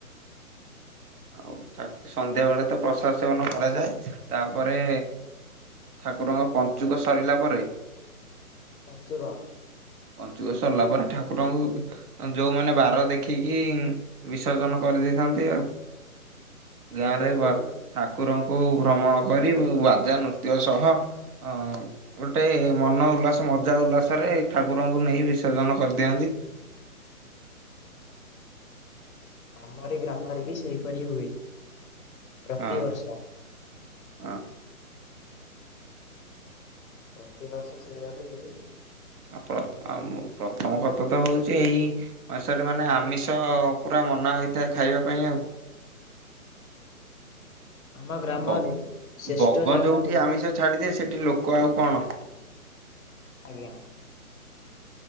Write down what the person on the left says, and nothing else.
ପଞ୍ଚୁକ।
ଏବେ
ତ
ଆମରି ଗ୍ରାମରେ ବି ସେଇପରି ହୁଏ ପ୍ରତିିବର୍ଷ।
ପ୍ରତିିବର୍ଷ ସେଇଭଳି ହୁଏ।
ଆମ ଗ୍ରାମରେ
ଶ୍ରେଷ୍ଠ
ଜାଗାରେ
ଆଜ୍ଞା।